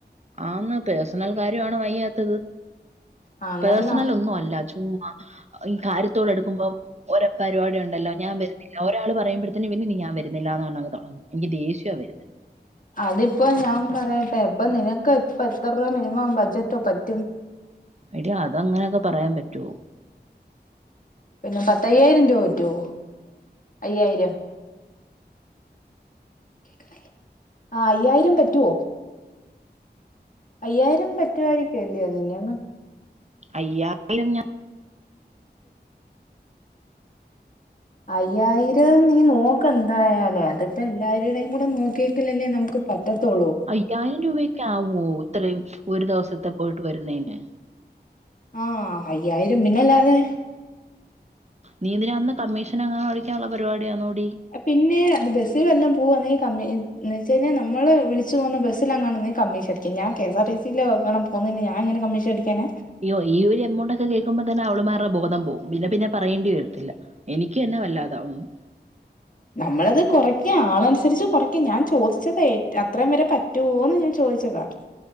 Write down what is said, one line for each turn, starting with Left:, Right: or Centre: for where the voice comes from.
Right: ആന്ന് പേഴ്സണെൽ കാര്യാണ് വയ്യാത്തത്.
Left: ആഹ് അന്നേരം
Right: പേഴ്സസെൽ
Left: ന
Right: ഒന്നും അല്ല ചുമ്മ. ഈ കാര്യത്തോടെ എടുക്കുമ്പം ഓരോ പരിപാടി ഒണ്ടല്ലോ ഞാൻ വെര് ഒരാൾ പറയുമ്പോഴത്തേന് പിന്ന ഞാൻ വുന്നില്ലന്ന് പറാ അങ് തുടങ്ങ എനിക്ക് ദേഷ്യ വരുന്നത്
Left: അതിപ്പോ ഞാൻ പറയട്ടെ ഇപ്പൊ നിനക്ക് ഇപ്പ എത്ര രൂപ മിനിമം ബഡ്ജറ്റോ പറ്റും
Right: എടി അത് അങ്ങനെയൊക്കെ പറയാൻ പറ്റുവോ
Left: പിന്നെ പത്തയ്യായിരം രൂപ പറ്റുവോ അയ്യായിരം കേൾക്കുന്നില്ല ആഹ് അയ്യായിരം പറ്റുവോ അയ്യായിരം പറ്റുുവായിരിക്കല്ലയോ നിന്നങ്ങ് <inaudible>
Right: അയ്യായിരം ഞാൻ
Left: <unintelligible> അയ്യായിരം നീ നോക്ക എന്തായാലേ അതിപ്പോ എല്ലാവരുടെേയും കൂടെ നോക്കിയെങ്കിൽല്ലേ നമുക്ക് പറ്റത്തോളളൂ
Right: അയ്യായിരം രൂപക്കെ ആവുമോ ഇത്രയും ഒരു ദിവസത്തെ പോയിട്ട് വരുന്നതിന്
Left: ആഹ് അയ്യായിരം പിന്നല്ലാതെ
Right: നീ ഇതിനകന്ന് കമ്മീഷൻ അങ്ങനെ പഠിക്കാനുള്ള പരിപാടിയാ നോടി
Left: പിന്നെ അത് ബസ്സിൽ വല്ലാം പോവവാെങ്കിൽ ഏയ് പിന്നെ അത് ബസിൽ വല്ലം പോകുവാനേൽ കമ്മീ എന്ന് വെച്ച കഴിഞ്ഞാൽ നമ്മള് വിളിച്ച് പോകുന്ന ബസ്സിലങ്ങണെങ്കിൽ കമ്മീഷൻ അടിക്കും ഞാൻ കേ എസ് ആർ ടി സിൽണ പൊന്നെന്നു ഞാൻ ങ്ങന കമ്മീഷൻ അടിക്കാന
Right: യ്യോ ഈ ഒരു അമൗണ്ട് ഒക്കെ കേൾക്കുമ്പോ തന്നെ അവള് ബോധം പോകും പിന്നെ പിന്നെ പറയേണ്ടി വരല്ല എനിക്ക് തന്നെ വല്ലാതാവുന്നു
Left: ഉം നമ്മളത് കുറയ്ക്ക ആളനുസരിച്ച് കുറയ്ക്കുക ഞാൻ ചോദിച്ചതാഏ അത്രയും വരെ പറ്റുവോന്ന് ഞാൻ ചോദിച്ചതാ